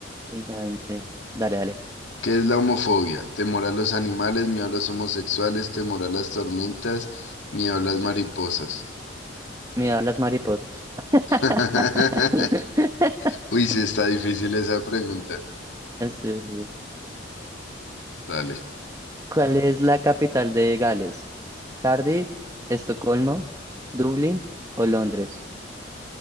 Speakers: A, on the right (about 20°); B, on the left (about 70°).
A: gigante. Dale, dale.
B: ¿Qué es la homofobia? Temor a los animales, miedo a los homosexuales, temor a las tormentas, miedo a las mariposas.
A: Mira las mariposas. <laughs>
B: <laughs> Uy, sí está difícil esa pregunta.
A: Sí, sí.
B: Dale.
A: ¿Cuál es la capital de Gales? ¿Cardiff, Estocolmo, Dublín o Londres?